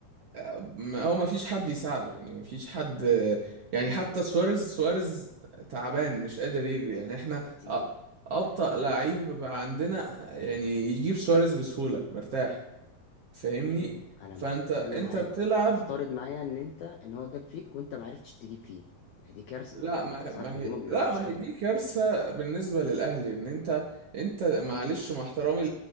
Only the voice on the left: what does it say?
بقى تقيل
بقى تقيل
قوي
حلو انا
مع
انا معاك
افترض معايا ان انت ان هو جاب فيك وانت ما عرفتش تجيب فيه ما هي دي كارثه
انت
انت ساعات
هجومك
بيبقى
وحش
قوي